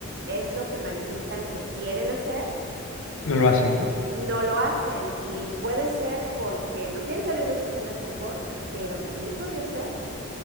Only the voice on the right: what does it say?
es lo que manifiestan que quieren hacer,
no lo hacen. Y puede ser porque no quieren salir de su zona de confort, pero también podría ser.